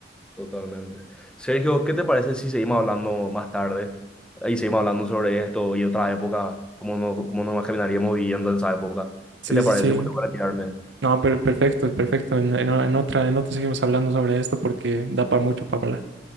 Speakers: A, in the centre; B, on the right (about 80°).
A: Totalmente. Sergio, ¿qué te parece si seguimos hablando más tarde y seguimos hablando sobre esto y otras épocas, cómo nos, cómo nos imaginaríamos viviendo en esa época?
B: Sí,
A: ¿Qué te
B: sí,
A: parece?
B: sí.
A: Voy a retirarme.
B: No, pero perfecto, perfecto. En, en- en otra, en otra seguimos hablando sobre esto porque da para mucho para hablar.